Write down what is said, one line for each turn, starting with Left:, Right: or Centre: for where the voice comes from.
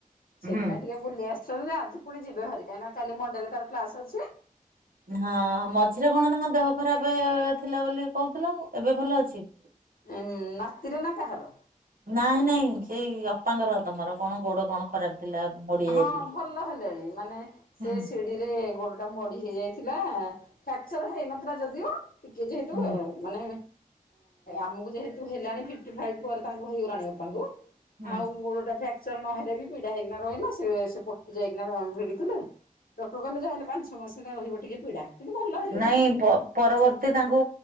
Left: ସେଇଥିପାଇଁ
Right: ହୁଁ।
Left: ଟିକେ ବୁଲି ଆସିଛନ୍ତି ଯେ ଆଜି ପୁଣି ଯିବ ବେହାରି କାଇଁ ନା କାଲି ମଣ୍ଡେରେ ତାର କ୍ଲାସ ଅଛି।
Right: ହଁ ମଝିରେ କଣ ତାଙ୍କ ଦେହ ଖରାପ ଥିଲା ବୋଲି କହୁଥିଲ। ଏବେ ଭଲ ଅଛି?
Left: ଉଁ‌ ନାତୀର ନା କାହାର?
Right: ନାଇଁ ନାଇଁ ଏଇ ଅପାଙ୍କର ତମର କଣ ଗୋଡ କଣ ଖରାପ ଥିଲା। ମୋଡି ଯାଇଥିଲେ।
Left: ହଁ ଭଲ ହେଲେଣି ମାନେ
Right: ହୁଁ
Left: ସେ ସିଡିିରେ ଗୋଡଟା ମୋଡି ହେଇଯାଇଥିଲା ଫ୍ରାକଚର ହେଇନ ଯଦିଓ ଟିକେ ଯେହେତୁ
Right: ହୁଁ
Left: ଏ ମାନେ ଆମକୁ ଯେହେତୁ ହେଲାଣି ଫିଫ୍ଟି ଫାଇଭ୍ ପରେ ତାଙ୍କୁ ହେଇଗଲାଣି ବାପାଙ୍କୁ
Right: ହୁଁ।
Left: ଆଉ ଗୋଡଟା ଫ୍ରାକ୍ଚର ନହେଲେ ବି ପିଡା ହେଇକିନା ରହିଲା। ସିଏ ସେ ପଟି ଯାଇକିନା ଭିଡିଥିଲେ। ଡକ୍ଟର କହିଲେ ଯାହା ହେଲେ ପାଞ୍ଚଛଅ ମାସେ ଏଇନା ରହିବ ପୀଡ଼ା କିନ୍ତୁ ଭଲ ହେଇଗଲାଣି।
Right: ନାଇଁ ବ ପରବର୍ତ୍ତୀ ତାଙ୍କୁ